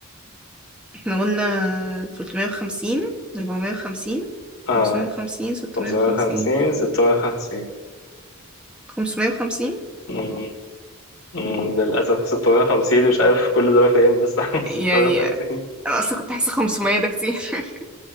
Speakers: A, in the centre; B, on the left.
A: احنا قلنا 350 450
B: آه
A: 550 650
B: 550 650
A: 550
B: مم. مم. للأسف 650 مش عارف كل دول فين بس <laughs> 650
A: يعني انا اصلا كنت حاسة 500 ده كتير <laughs>